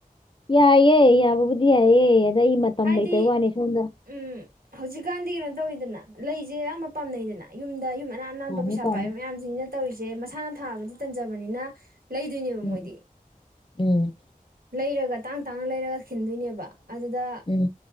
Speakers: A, on the left (about 35°); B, on the right (about 75°).
A: ꯌꯥꯏꯌꯦ ꯌꯥꯕꯕꯨꯗꯤ ꯌꯥꯏꯌꯦ ꯑꯩ ꯃꯇꯝ
B: ꯍꯥꯏꯗꯤ
A: ꯂꯩꯇꯕ ꯋꯥꯅꯤ ꯁꯣꯝꯗ
B: ꯎꯝ ꯍꯧꯖꯤꯛꯀꯥꯟꯗꯤ ꯀꯩꯅꯣ ꯇꯧꯋꯤꯗꯅ ꯂꯩꯁꯦ ꯑꯌꯥꯝꯕ ꯄꯥꯝꯅꯩꯗꯅ ꯌꯨꯝꯗ ꯌꯨꯝ ꯑꯅꯥꯟ ꯅꯥꯟꯕ
A: ꯄꯥꯝꯃꯦ
B: ꯄꯩꯁꯥ
A: ꯄꯥꯝꯃꯦ
B: ꯄꯥꯏꯕ ꯃꯌꯥꯝꯁꯤꯡꯁꯤꯅ ꯇꯧꯔꯤꯁꯦ ꯃꯁꯥꯅ ꯊꯥꯕꯗꯤ ꯇꯟꯖꯕꯅꯤꯅ ꯂꯩꯗꯣꯏꯅꯦꯕ
A: ꯎꯝ
B: ꯃꯣꯏꯗꯤ
A: ꯎꯝ
B: ꯂꯩꯔꯒ ꯇꯥꯡ ꯇꯥꯡꯅ ꯂꯩꯔꯒ ꯈꯤꯟꯗꯣꯏꯅꯦꯕ ꯑꯗꯨꯗ
A: ꯎꯝ